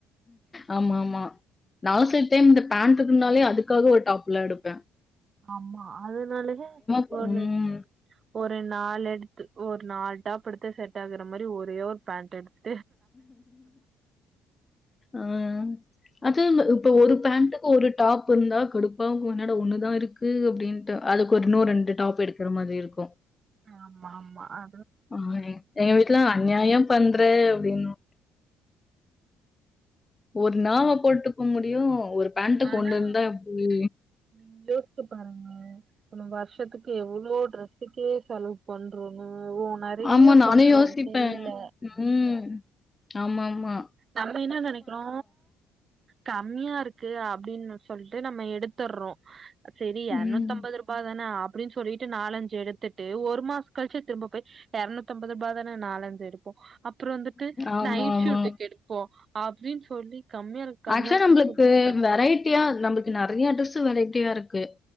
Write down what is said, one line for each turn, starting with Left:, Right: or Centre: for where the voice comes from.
Left: ஆமா ஆமா நவசே டைம் இந்த பேண்ட் னாலே அதுக்காக ஒரு டாப்லா எடுப்பே
Right: ஆமா அதனால
Left: போ
Right: ஒரு
Left: ம்.
Right: ஒரு நாலு எடுத்து ஒரு நாலு டாப் எடுத்து செட் ஆகுற மாரி ஒரே ஒரு பேண்ட் எடுத்து
Left: அஹ் அது இப்ப ஒரு பேண்ட்டுக்கு ஒரு டாப் இருந்தா கொடுப்பா என்னாட ஒண்ணுதா இருக்கு அப்படின்னுட்டு அதுக்கு ஒரு இன்னு ரெண்டு டாப் எடுக்கிற மாதிரி இருக்கு
Right: ஆமா ஆமா ஆ
Left: ஆஹ் எங்க வீட்டுல அநியாயம் பண் <unintelligible> அப்டின்னு ஒரு நாவ போட்டுக்க முடியு ஒரு பேண்ட்டுக்கு
Right: ஆனா
Left: இருந்தா எப்டி?
Right: நீங்க யோசிச்சு பாருங்க போன வர்ஷ் த்துக்கு எவ்வளோ ட்ரஸ்ஸுக்கே செலவு பண்றோ ஓ நெறைய
Left: ஆமா நானு யோசிப்பே,
Right: தெரில
Left: உம். ஆமா ஆமா.
Right: நம்ம என்ன நெனைக்கிறோ கம்மியா இருக்கு அப்டின்னு சொல்ட்டு நம்ம எடுத்தர்றோ சரி எரநூத்தம்பது
Left: ம்.
Right: ரூபா தானே அப் அப்டின்னு சொல்லிட்டு நாலஞ்சு எடுத்துட்டு ஒரு மாசம் கழிச்சு திரும்ப போய் எரநூத்தம்பது ரூபா தான நாலஞ்சு எடுப்போ. அப்புறோ வந்துட்டு
Left: ஆமாமா.
Right: நைட் சூட்டுக்கு எடு போ அப்டின்னு சொல்லி கம்மியா இருக்கு கம்மியா
Left: ஆக்சுவலா
Right: இருக்குன்னு
Left: நம்புளுக்கு
Right: சொல்லி எடுத்துருப்போ
Left: வெரைட்டியா நம்புள் நறையா ட்ரெஸ் வெரைட்டியா இருக்கு